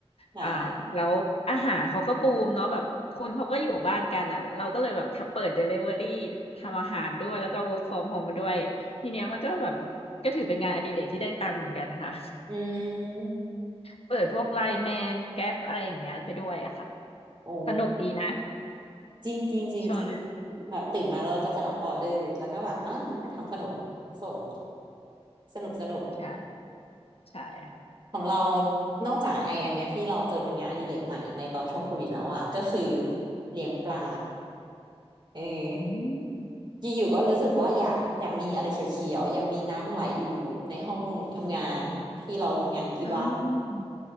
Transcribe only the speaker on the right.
ค่ะ
อืม
โอ้
จริงจริงจริงจริง
แบบตื่นมาแล้วก็จะรับออเดอร์แล้วก็แบบอ่าทำขนมส่ง สนุกสนุก
ของเรานอกจากไออันเนี้ยที่เราเจอเป็นงานอดิเรกใหม่ในตอนช่วงโควิดแล้วอ่ะก็คือเลี้ยงปลาเออ
อยู่ๆก็รู้สึกว่าอยาก อยากมีอะไรเขียวๆ อยากมีน้ำไหลอยู่ในห้องทำงานที่เราทำงานอยู่ที่บ้าน